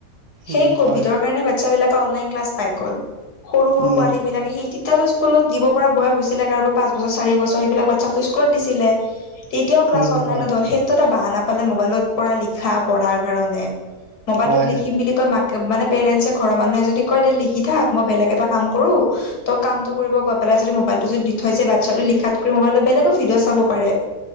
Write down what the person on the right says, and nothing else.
উম
হয়
উম
উম
হয়
হয়